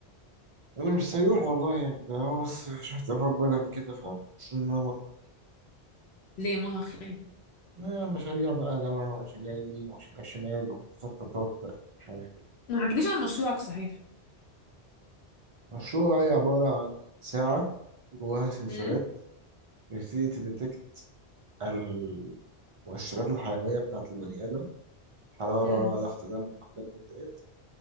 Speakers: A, on the right (about 55°); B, on the left (about 75°).
A: أنا مش سيوح والله يعني ده هو بس شوية إرهاق بدني كده ف بس إن أنا مرة
B: ليه مرهق ليه
A: آه، مشاريع بقى يا جماعة ومشاريع يمين ومشاريع شمال ومخططات بقى مش عارف إيه
B: ما حكيتليش عن مشروعك صحيح
A: مشروع هي عبارة عن ساعة جواها سنسورات
B: امم
A: بتبتدي تديتكت المؤشرات الحيوية بتاعة البني آدم حرارة
B: امم
A: ضغط دم حاجات من ديت